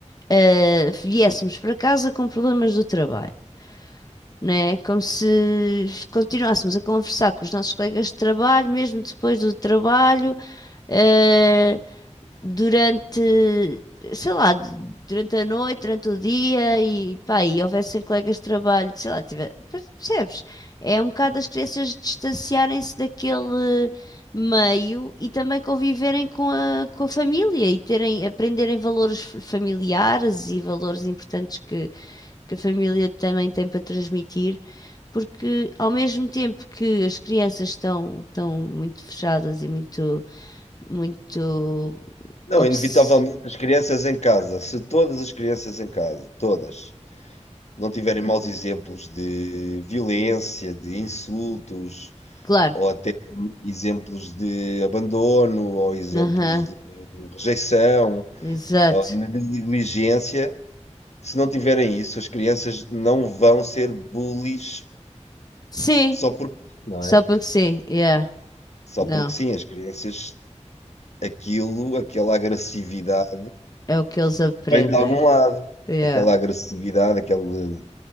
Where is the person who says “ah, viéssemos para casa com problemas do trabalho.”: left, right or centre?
Left